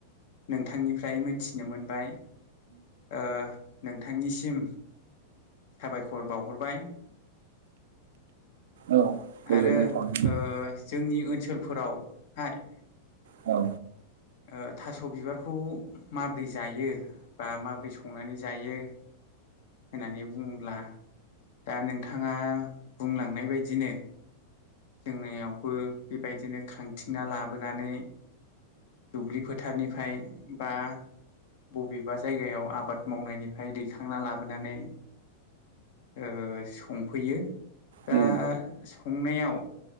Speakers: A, on the left; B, on the right.
A: नोंथांनिफ्राय मोनथिनो मोनबाय ओ नोंथांनिसिम साबायखर बावहरबाय
B: औ गोजोननाय
A: आरो
B: थाबाय
A: ओ जोंनि ओनसोलफोरावहाय
B: औ
A: ओ थास' बिबारखौ माबोरै जायो बा माबोरै संनानै जायो होननानै बुङोब्ला दा नोंथाङा बुंलांनाय बायदिनो जोंनियावबो बेबायदिनो खांथिना लाबोनानै दुब्लि फोथारनिफ्राय बा बबेबा जायगायाव आबाद मावनायनिफ्राय दैखांना लाबोनानै ओ संफैयो दा
B: औ
A: संनायाव